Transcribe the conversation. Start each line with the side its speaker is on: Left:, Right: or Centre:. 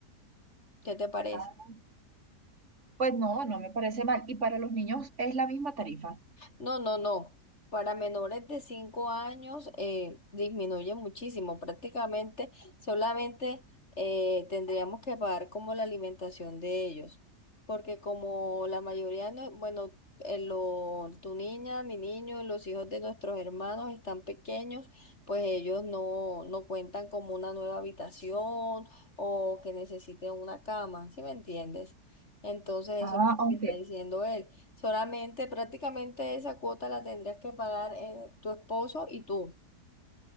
Left: ¿Qué te parece?
Right: ah, pues no, no me parece mal, y para los niños es la misma tarifa,
Left: No, no, no. Para menores de 5 años eh, disminuye muchísimo. Prácticamente solamente eh, tendríamos que pagar como la alimentación de ellos. Porque como la mayoría, no, bueno, eh, lo- tu niña, mi niño, los hijos de nuestros hermanos están pequeños, pues ellos no, no cuentan como una nueva habitación o que necesiten una cama, ¿sí me entiendes? Entonces
Right: ah,
Left: eso es lo
Right: aunque
Left: que está diciendo él Solamente prácticamente esa cuota la tendrías que pagar eh, tu esposo y tú.